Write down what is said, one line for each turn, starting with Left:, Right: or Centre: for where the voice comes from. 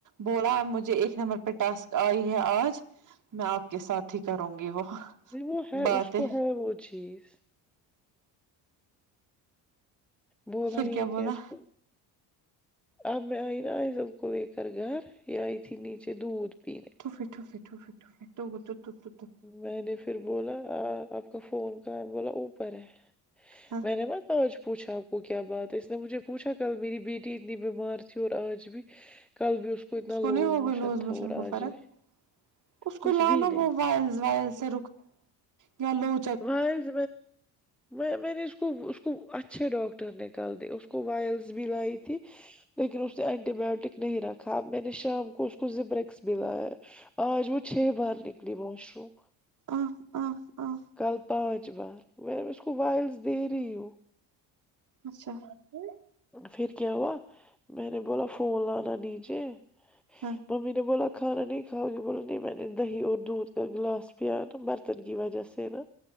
Right: بولا مجھے ایک نمبر پہ ٹاسک آئی ہے آج میں آپ کے ساتھ ہی کروں گی وہ <unintelligible>
Centre: نہیں وہ ہے
Right: باتیں
Centre: اس کو ہے وہ چیز بولا
Right: پھر
Centre: یہ کیا
Right: بولا
Centre: اس کو اب میں آئی نا عیضل کولیکر گھر یہ آئی تھی نیچے دودھ پینے
Right: فٹو فٹو فٹو تو بر تو تو <inaudible> <unintelligible>
Centre: میں نے پھر بولا آپ کا فون کہاں ہے بولا اوپر ہے
Right: ہاں
Centre: میں نے مت آج پوچھا آپ کو کیا بات ہے اس نے مجھے پوچھا کل میری بیٹی اتنی بیمار تھی اور آج بھی کل بھی اس کو اتنا
Right: اس کو
Centre: لوز
Right: نہیں ہو گئی لوز موشن
Centre: تھا اور
Right: کو
Centre: آج
Right: فرق
Centre: بھی
Right: اس
Centre: کچھ
Right: کو لانا
Centre: بھی نہیں
Right: وہ وائس وائل سے یا لو
Centre: وائلز میں نے اس کو اس کو اچھے ڈاکٹر نے کل کیھاے اس کو وائل بھی لائی تھی لیکن اس نے اینٹی بایوٹک نہیں رکھا اب میں نے شام کو اس کو ز برکس بھی لیا آج وہ چھ بار نکلی واش روم
Right: آہ آہ آہ
Centre: کل پانچ بار میں اس کو وائلس دے رہی ہوں
Right: اچھا <inaudible>
Centre: پھر کیا ہوا میں نے بولا فون لانا نیچے
Right: ہں
Centre: ممی نے بولا کھانا نہیں کھؤگی بولا نہیں میں نے دہی اور دودھ کا گلاس یا تو برتن کی وجہ سے نہ